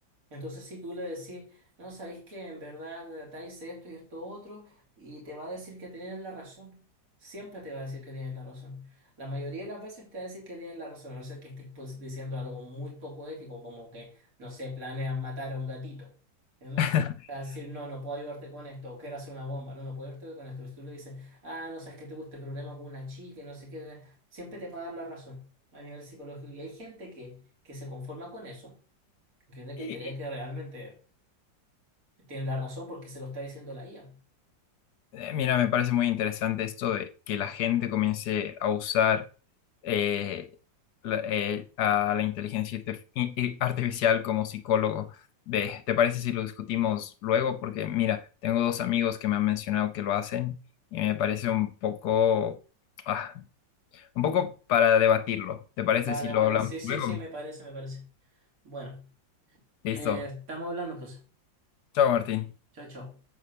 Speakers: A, on the right; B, on the left.
A: Entonces, si tú le decís, no, sabéis que en verdad tal hice esto y esto otro, y te va a decir que tienes la razón. Siempre te va a decir que tienes la razón. La mayoría de las veces te va a decir que tienes la razón, a no ser que estés pues, diciendo algo muy poco ético, como que, no sé, planeas matar a un gatito. ¿Entiendes?
B: <laughs>
A: Te va a decir, no, no puedo ayudarte con esto, o quiero hacer una bomba, no, no puedo ayudarte con esto. Si tú le dices, ah, no sabes que tuve este problema con una chica y no sé qué, siempre te va a dar la razón a nivel psicológico. Y hay gente que, que se conforma con eso Gente que
B: Y,
A: cree que realmente tiene la razón porque se lo está diciendo la IA.
B: Eh, Mira, me parece muy interesante esto de que la gente comience a usar eh, la- eh, a la inteligencia artif- i- i- artificial como psicólogo. Ve, ¿te parece si lo discutimos luego? Porque mira, tengo dos amigos que me han mencionado que lo hacen y me parece un poco, ah, un poco para debatirlo. ¿Te parece
A: Vale,
B: si lo
A: vale,
B: hablamos
A: sí, sí,
B: luego?
A: sí, me parece, me parece. Bueno,
B: Listo.
A: eh, estamos hablando entonces.
B: Chao, Martín.
A: Chao, chao.